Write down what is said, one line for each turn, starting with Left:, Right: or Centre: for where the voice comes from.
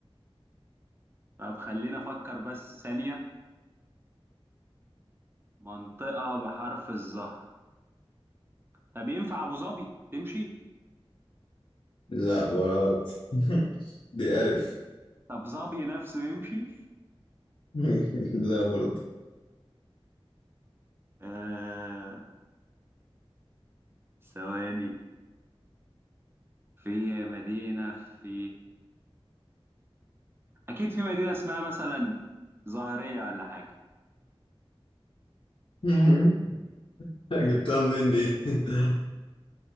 Right: طب خلينا افكر بس ثانية منطقة بحرف الظه طب ينفع ابو ظبي تمشي
Left: لا برضه <laughs> دي ألف
Right: طب ظبي نفسه يمشي
Left: <laughs> لا برضه
Right: آه ثواني في مدينة في أكيد في مدينة اسمها مثلا ظاهرية ولا حاجة
Left: <laughs> <laughs> جبتها منين دي <laughs>